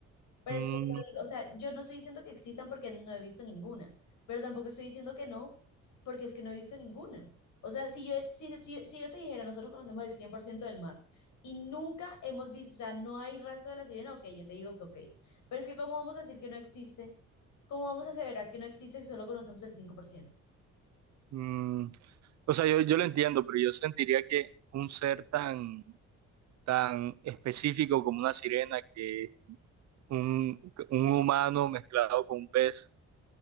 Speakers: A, on the left; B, on the right.
A: Pero
B: Mm,
A: es que yo digo, o sea, yo no estoy diciendo que existan porque no he visto ninguna, pero tampoco estoy diciendo que no, porque es que no he visto ninguna. O sea, si yo, si, si- si yo te dijera, nosotros conocemos el 100% del mar y nunca hemos visto, o sea, no hay rastro de la sirena, ok, yo te digo que ok. Pero es que ¿cómo vamos a decir que no existe? ¿Cómo vamos a aseverar que no existe si solo conocemos el cinco por ciento.
B: mm, o sea, yo, yo lo entiendo, pero yo sentiría que un ser tan, tan específico como una sirena, que es un, un humano mezclado con un pez,